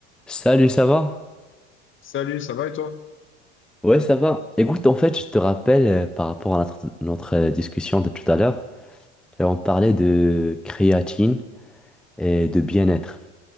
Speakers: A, in the centre; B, on the left (about 35°).
A: Salut, ça va?
B: Salut, ça va et toi?
A: Ouais, ça va. Écoute, en fait, je te rappelle euh, par rapport à notre, notre, euh, discussion de tout à l'heure, euh, on parlait de créatine et de bien-être.